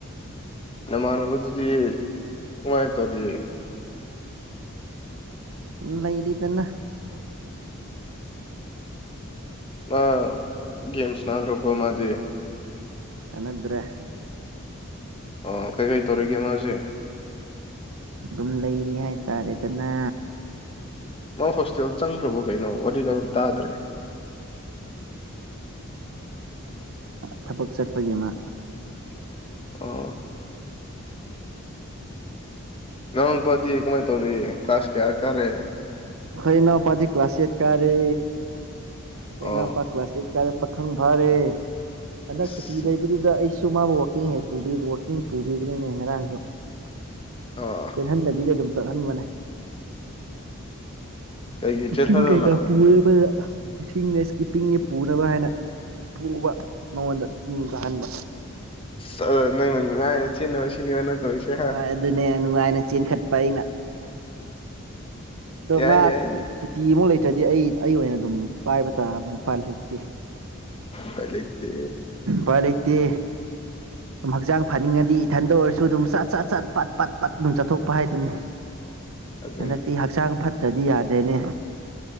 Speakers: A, on the left; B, on the right.
A: ꯅꯃꯥꯟꯅꯕꯗꯨꯗꯤ ꯀꯃꯥꯏꯅ ꯇꯧꯔꯤ
B: ꯂꯩꯔꯤꯗꯅ
A: ꯃꯥ ꯒꯦꯝꯁ ꯅꯥꯗ꯭ꯔꯕꯣ ꯃꯥꯗꯤ
B: ꯁꯥꯅꯗ꯭ꯔꯦ
A: ꯑꯣ ꯀꯩꯀꯩ ꯇꯧꯔꯤꯒꯦ ꯃꯥꯁꯦ
B: ꯑꯗꯨꯝ ꯂꯩꯔꯤ ꯍꯥꯏꯇꯥꯔꯦꯗꯅ
A: ꯅꯪ ꯍꯣꯁꯇꯦꯜ ꯆꯪꯈ꯭ꯔꯕꯣ ꯀꯩꯅꯣ ꯋꯥꯔꯤꯗ ꯇꯥꯗ꯭ꯔꯦ
B: ꯊꯕꯛ ꯆꯠꯄꯒꯤ ꯃꯥ
A: ꯑꯥ <unintelligible> ꯄꯗꯤ ꯀꯃꯥꯏꯅ ꯇꯧꯔꯤ ꯀ꯭ꯂꯥꯁ ꯀꯌꯥ ꯀꯥꯔꯦ
B: ꯑꯈꯣꯏꯅꯥꯎ ꯄꯥꯗꯤ ꯀ꯭ꯂꯥꯁ ꯑꯦꯠ ꯀꯥꯔꯦ ꯑꯈꯣꯏꯅꯄꯥ
A: ꯑꯣ
B: ꯀ꯭ꯂꯥꯁ ꯑꯦꯠ ꯀꯥꯏꯔ ꯄꯥꯈꯪ ꯐꯥꯔꯦ ꯍꯟꯗꯛ
A: ꯑꯁ
B: ꯁꯨꯇꯤ ꯂꯩꯕꯗꯨꯗ ꯑꯩ ꯁꯨ ꯃꯥꯕꯨ ꯋꯀꯤꯡ ꯍꯦꯛ ꯄꯨꯕ ꯋꯥꯀꯤꯡ ꯄꯨꯕꯤꯕꯅꯤꯅꯦ ꯉꯔꯥꯡꯁꯨ
A: ꯑꯣ
B: ꯆꯜꯍꯟꯗꯕꯤꯗꯦ ꯑꯗꯨꯝ ꯆꯠ ꯍꯟꯕꯅꯦ
A: ꯀꯩꯒꯤ
B: ꯏꯁꯤꯡ
A: ꯆꯦꯜꯍꯜꯂꯣꯅ
B: ꯀꯩꯀꯥ ꯄꯨ <unintelligible> ꯏꯁꯤꯡꯅ ꯏꯁꯀꯤꯞꯄꯤꯡꯒꯤ ꯄꯨꯅꯕ ꯍꯥꯏꯅ ꯄꯨꯕ ꯃꯉꯣꯟꯗ ꯆꯤꯡ ꯀꯥꯍꯟꯕ
A: <unintelligible> ꯅꯪꯅ ꯅꯨꯡꯉꯥꯏꯅ ꯆꯦꯟꯅꯕ ꯁꯤꯅꯤꯕ ꯅꯪ ꯇꯧꯔꯤꯁꯦ
B: ꯑꯗꯨꯅꯦ ꯅꯨꯡꯉꯥꯏꯅ ꯆꯦꯟꯈꯠꯄ ꯑꯩꯅ ꯑꯗꯣ
A: ꯌꯥꯏ
B: ꯃꯥ
A: ꯌꯥꯏ
B: ꯁꯨꯇꯤ ꯑꯃꯨꯛ ꯂꯩꯇ꯭ꯔꯗꯤ ꯑꯩ ꯑꯩ ꯑꯣꯏꯅ ꯑꯗꯨꯝ ꯄꯥꯏꯕ ꯇꯥꯕꯅꯦ ꯎꯄꯥꯏ ꯂꯩꯇꯦ
A: ꯄꯥꯏ ꯂꯩꯏꯇ
B: ꯎꯥꯏ ꯂꯩꯇꯦ ꯑꯗꯨꯝ ꯍꯛꯆꯥꯡ ꯐꯅꯤꯡꯉꯗꯤ ꯏꯊꯟꯇ ꯑꯣꯏꯔꯁꯨ ꯑꯗꯨꯝ ꯆꯥꯛ ꯆꯠ ꯆꯠ ꯄꯠ ꯄꯠ ꯄꯠ ꯑꯗꯨꯝ ꯆꯠꯊꯣꯛꯄ ꯍꯥꯏꯗꯨꯅꯤ
A: ꯑꯗꯨꯅꯤ
B: ꯍꯟꯗꯛꯇꯤ ꯍꯛꯆꯥꯡ ꯐꯠ ꯇꯗꯤ ꯌꯥꯗꯦꯅꯦ